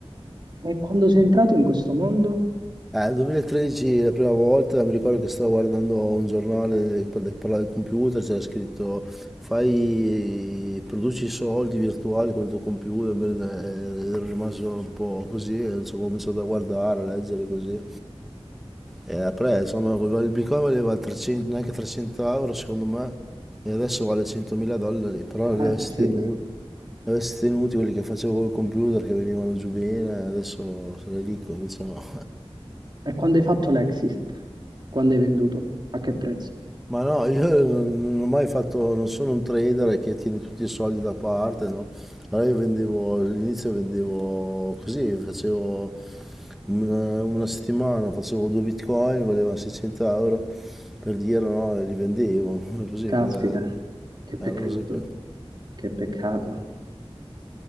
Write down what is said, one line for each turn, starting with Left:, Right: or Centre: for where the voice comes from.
Right: E quando sei entrato in questo mondo?
Centre: Eh, 2013 la prima volta mi ricordo che stavo guardando un giornale che par- parlava del computer, c'era scritto fai, produci soldi virtuali con il tuo computer, bene, eh, ero rimasto un po' così, e ho cominciato a guardare, a leggere così. E après, insomma, il Bitcoin valeva 300, neanche 300 euro secondo me, e adesso vale 100.000 dollari, però
Right: Eh,
Centre: li avessi
Right: Sì.
Centre: tenuti, li avessi tenuti quelli che facevo col computer, che venivano giù bene, adesso sarei ricco, invece no.
Right: E quando hai fatto l'exit? Quando hai venduto? A che prezzo?
Centre: Ma no, io non non ho mai fatto, non sono un trader che tiene tutti i soldi da parte, no? Allora io vendevo, all'inizio vendevo così, facevo una, una settimana, facevo due bitcoin, valevano 600 euro, per dirlo, no? E li vendevo, <laughs> così,
Right: Caspita,
Centre: per... eh,
Right: che peccato,
Centre: eh, non lo sapevo.
Right: che peccato.